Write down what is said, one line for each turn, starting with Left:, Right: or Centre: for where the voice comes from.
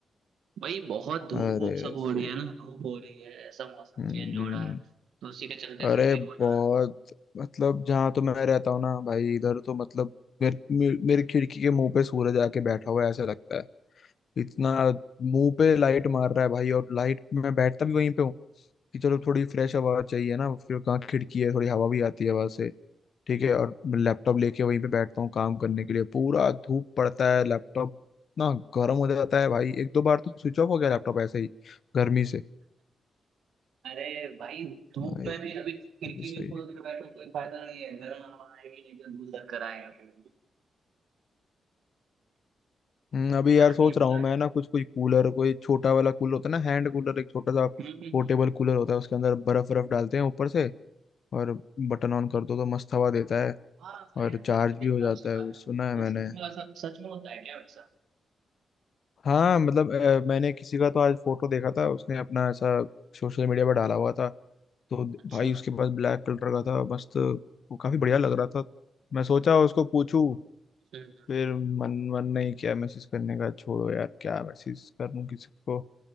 Right: भाई बहुत धूप
Left: अरे
Right: वूप सब हो
Left: सही
Right: रही है ना धूप हो रही है ऐसा मौसम
Left: हम्म
Right: चेंज हो रहा है तो उसी के चलते
Left: अरे
Right: सब ये
Left: बहुत
Right: हो जा रहा
Left: मतलब जहाँ तो मैं रहता हूँ ना भाई इधर तो मतलब मेर, मे, मेरी खिड़की के मुंह पे सूरज आके बैठा हुआ है ऐसा लगता है इतना मुंह पे लाइट मार रहा है भाई और लाइट मैं बैठता भी वहीं पे हूँ कि चलो थोड़ी फ्रेश हवा चाहिए ना फिर कहाँ खिड़की है थोड़ी हवा भी आती है वहां से ठीक है और मैं लैपटॉप लेके वहीं पे बैठता हूँ काम करने के लिए पूरा धूप पड़ता है लैपटॉप इतना गर्म हो जाता है भाई एक दो बार तो स्विच ऑफ हो गया लैपटॉप ऐसे ही गर्मी से
Right: है अरे भाई धूप
Left: हाँ, ये
Right: में
Left: ये
Right: भी अभी खिड़की
Left: भी सही
Right: भी खोल
Left: है
Right: के बैठो कोई फायदा नहीं है गर्म हवा आएगी नहीं तो धूल लग कर आएगा फिर
Left: हम्म, अभी
Right: यहाँ
Left: यार सोच
Right: ही बोला
Left: रहा हूँ मैं
Right: जा
Left: ना कुछ कोई कूलर कोई छोटा वाला कूलर होता है ना हैंड कूलर एक छोटा सा
Right: हम्म हम्म,
Left: पोर्टेबल
Right: हम्म, हम्म।
Left: कूलर होता है उसके अंदर बर्फ बर्फ डालते हैं ऊपर से और बटन ऑन कर दो तो मस्त हवा देता है
Right: हाँ अरे
Left: और
Right: यार मैंने
Left: चार्ज
Right: भी
Left: भी
Right: देखा
Left: हो जाता
Right: उसके
Left: है
Right: बारे
Left: वो सुना
Right: में
Left: है
Right: वो
Left: मैंने
Right: सच में ऐसा सच में होता है क्या वैसा
Left: हाँ मतलब अ, मैंने किसी का तो आज फोटो देखा था उसने अपना ऐसा सोशल मीडिया पर डाला हुआ था तो द-
Right: अच्छा
Left: भाई उसके पास ब्लैक कलर का था मस्त वो काफी बढ़िया लग रहा था मैं सोचा उसको पूछूं
Right: <laughs>
Left: फिर मन मन नहीं किया मैसेज करने का छोड़ो यार क्या मैसेज करूं किसी को